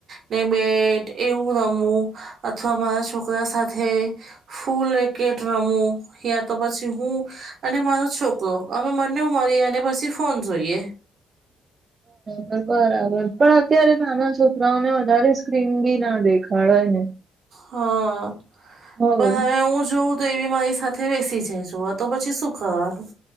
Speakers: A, on the right; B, on the right.
A: ને બેટ એવું રમવું અથવા મારા છોકરા સાથે ફૂલ રેકેટ રમું યા તો પછી હું અને મારો છોકરો અમે બંને મળીનેે પછી ફોન જોઈએ.
B: બરાબર બરાબર પણ અત્યારે નાના છોકરાઓને વધારે સ્ક્રીન બી ના દેખાડાય ને.
A: હા
B: હવ
A: પણ હવે હું જોઉં તો એ બી મારી સાથે બેસી જાય જોવા તો પછી શું કરવાનું.